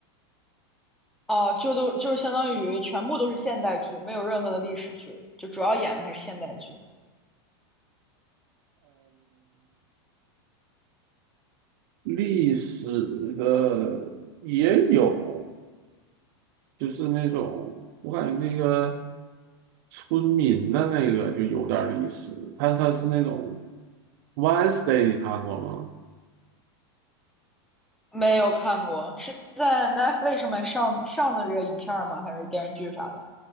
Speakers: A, in the centre; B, on the right.
A: 哦、就都就是相当于全部都是现代剧，没有任何的历史剧，就主要演的还是现代剧。
B: 历史的也有，就是那种我感觉那个村民的那个就有点历史，但它是那种 Wednesday，你看过吗？
A: 没有看过，是在 Netflix 上面上上的这个影片儿吗？还是电视剧啥的？